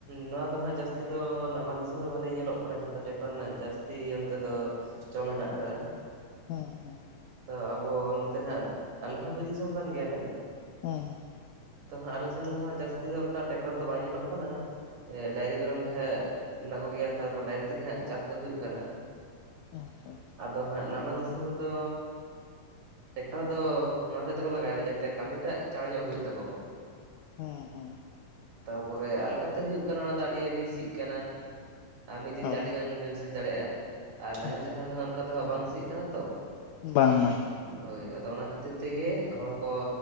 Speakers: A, on the right; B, on the left.
A: ᱱᱚᱣᱟ ᱫᱚ ᱦᱟᱸᱜ ᱡᱟᱹᱥᱛᱤ ᱫᱚ ᱱᱟᱢᱟᱞ ᱫᱤᱥᱚᱢ ᱨᱮ ᱵᱷᱟᱹᱞᱮ ᱧᱮᱞᱚᱜ ᱠᱟᱱᱟ, ᱡᱟᱦᱟᱸ ᱫᱚ ᱴᱮᱠᱴᱟᱨ ᱨᱮᱱᱟᱜ ᱡᱟᱹᱥᱛᱤ ᱚᱱᱛᱮ ᱫᱚ ᱪᱚᱞ ᱦᱮᱱᱟᱜ ᱟᱠᱟᱫᱟ ᱾
B: ᱦᱮᱸ ᱦᱮᱸ,
A: ᱛᱚ ᱟᱵᱚ ᱱᱚᱛᱮ ᱦᱟᱸᱜ ᱟᱞᱮ ᱦᱚᱸ ᱵᱤᱨ ᱫᱤᱥᱚᱢ ᱠᱟᱱ ᱜᱮᱭᱟ ᱞᱮ ᱾
B: <unintelligible>
A: ᱛᱚ ᱦᱟᱸᱜ ᱟᱞᱮ ᱥᱮᱱ ᱫᱚ ᱦᱟᱸᱜ ᱡᱟᱹᱥᱛᱤ ᱫᱚ ᱚᱱᱠᱟ ᱴᱮᱠᱴᱟᱨ ᱫᱚ ᱵᱟᱭ ᱧᱮᱞᱚᱜ ᱠᱟᱱᱟ ᱾ ᱮᱜ ᱰᱟᱹᱝᱨᱤ ᱢᱮᱨᱚᱢ ᱜᱮ ᱦᱟᱸᱜ ᱢᱮᱱᱟᱜ ᱠᱚᱜᱮᱭᱟ ᱛᱟᱯᱚᱨ ᱰᱟᱹᱝᱨᱤ ᱛᱮᱜᱮ ᱦᱟᱸᱜ ᱪᱟᱥ ᱫᱚ ᱦᱩᱭᱩᱜ ᱠᱟᱱᱟ ᱾
B: ᱟᱪᱪᱷᱟ
A: ᱟᱫᱚ ᱦᱟᱸᱜ ᱱᱟᱢᱟᱞ ᱫᱤᱥᱚᱢ ᱨᱮᱫᱚ ᱴᱮᱠᱴᱟᱨ ᱫᱚ ᱚᱱᱟ ᱦᱚᱛᱮᱡ ᱛᱮᱠᱚ ᱞᱟᱜᱟᱭ ᱮᱫᱟ ᱡᱟᱛᱮ ᱠᱟᱹᱢᱤ ᱴᱟᱜ ᱪᱟᱲ ᱧᱚᱜ ᱦᱩᱭᱩᱜ ᱛᱟᱠᱚ ᱢᱟ ᱾
B: ᱦᱩᱸ ᱦᱩᱸ ᱾
A: ᱛᱟᱯᱚᱨᱮ ᱟᱞᱜᱟᱛᱮ ᱦᱩᱭᱩᱜ ᱠᱟᱱᱟ ᱚᱱᱟ ᱫᱚ ᱟᱹᱰᱤ ᱟᱹᱰᱤ ᱥᱤᱜ ᱠᱟᱱᱟ ᱟᱨ ᱢᱤᱫ ᱫᱤᱱ
B: ᱦᱳᱭ
A: ᱛᱮ ᱟᱹᱰᱤ ᱜᱟᱱ ᱵᱮᱱ ᱥᱤ ᱫᱟᱲᱮᱭᱟᱜ-ᱟ ᱟᱨ ᱱᱟᱦᱮᱞ
B: ᱦᱮᱸ
A: ᱛᱮᱠᱷᱟᱱ ᱫᱚ ᱦᱟᱸᱜ ᱚᱱᱠᱟ ᱫᱚ ᱦᱟᱸᱜ ᱵᱟᱝ ᱥᱤᱜ ᱠᱟᱱᱟ ᱛᱚ ᱾
B: ᱵᱟᱝ ᱵᱟᱝ
A: ᱦᱳᱭ ᱟᱫᱚ ᱚᱱᱟ ᱠᱷᱟᱹᱛᱤᱨ ᱛᱮᱜᱮ ᱦᱚᱲ ᱠᱚ